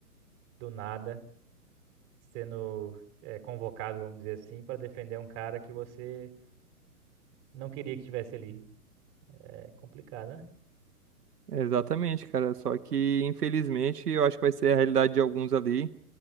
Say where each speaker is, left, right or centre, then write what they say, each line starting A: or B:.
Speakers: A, on the right; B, on the right.
A: do nada sendo é, convocado, vamos dizer assim, para defender um cara que você não queria que estivesse ali. É complicado, né?
B: Exatamente, cara. Só que, infelizmente, eu acho que vai ser a realidade de alguns ali.